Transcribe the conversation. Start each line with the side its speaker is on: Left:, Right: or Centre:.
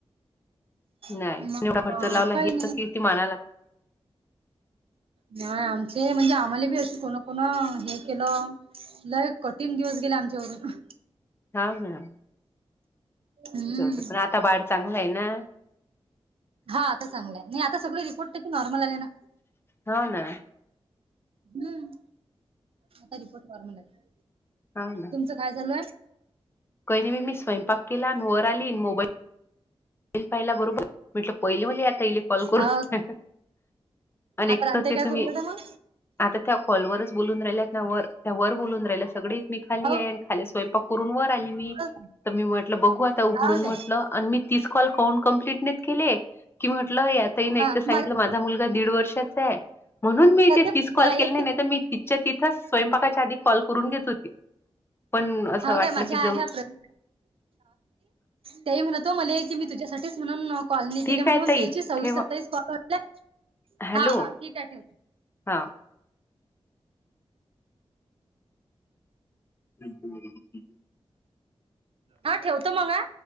Left: नाही
Right: मग
Left: एवढा खर्च लावला
Right: काही
Left: ह
Right: नाही
Left: की ती म्हणाय लाग
Right: नाही आमचे म्हणजे आम्हाला बी अशी कोण कोण हे केलं लय कठीण दिवस गेला आमच्यावरून
Left: हा ना
Right: हम्म
Left: होत पण आता बाळ चांगला आहे ना
Right: हा आता चांगलं आहे नाही आता सगळे रिपोर्ट त्या नॉर्मल आले ना
Left: हाव ना
Right: हम्म आता रिपोर्ट नॉर्मल आले
Left: हा ना
Right: तुमचं काय झालाय
Left: कही मी स्वयंपाक केला वर आली मोबाईल पाहिला बरोबर म्हटलं पहिल म्ह आता येई <unintelligible> कॉल करून
Right: हा
Left: आणि
Right: आता
Left: एक
Right: रांधताय
Left: तर ते
Right: काय
Left: तुम्ही
Right: करू आता मग
Left: आता त्या कॉलवररच बोलून राहिल्यात वर त्या वर बोलून राहिल्या सगली मी खाली
Right: हो
Left: आहेन खाली स्वयंपाक करून वर आली मी
Right: हो
Left: तर मी म्हटलं बघू आता उघडून
Right: काय
Left: म्हटलं आणि मी तीस कॉल काउं कम्प्लिट नाही केली कि म्हटलं या ताई नाही
Right: हा
Left: एक तर सांगितलं
Right: मला
Left: माझा मुलगा दीड वर्षाचा आहे. म्हणून मी ते
Right: फॅमिली
Left: तीस कॉल
Right: आहेत
Left: केले नाही
Right: की
Left: नाही तर मी. तिथच्या तिथंच स्वयंपाकाच्या आधी कॉल करून घेत होती पण असं
Right: हो
Left: वाटलं
Right: काय माझ्या
Left: की
Right: आहे
Left: ज.
Right: हा प्रवीण तेही म्हणतो मला की मी तुझ्यासाठीच म्हणून. कॉलनी
Left: ठीक
Right: केले म्हणून
Left: आहे ताई
Right: त्याची सव्वीस
Left: ठेवा
Right: सत्तावीस पॉट
Left: हॅलो
Right: हा हा ठीक आहे ठेवतो.
Left: हा हम ह
Right: हा ठेवतो मग हा.